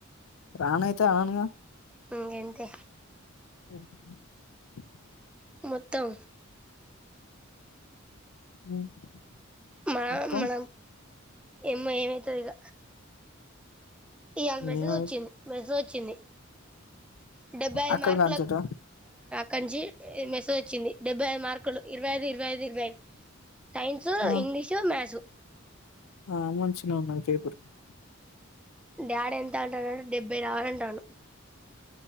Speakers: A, on the left; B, in the centre.
A: రాను అయితే అననుగా
B: ఉం గంతే
A: <inaudible>
B: మొత్తం
A: <unintelligible>
B: మ
A: వత్తం
B: మనం ఎమ్మా ఏమైతాది ఇగ ఇవాళ మెసేజ్
A: ఏమో
B: వచ్చింది మెసేజ్ వచ్చింది డెబ్బై ఐదు
A: అక్కడ
B: మార్కుల
A: కంచట
B: కంచి మెసేజ్ వచ్చింది డెబ్బై ఐదు మార్కులు ఇరవై ఐదు ఇరవై ఐదు ఇరై సైన్సు
A: ఆ
B: ఇంగ్లీషు మథ్స్
A: ఆ మంచినే <unintelligible>
B: డాడీ ఎంత అంటానంటే డెబ్బై రావాలా అంటా ఉన్నాడు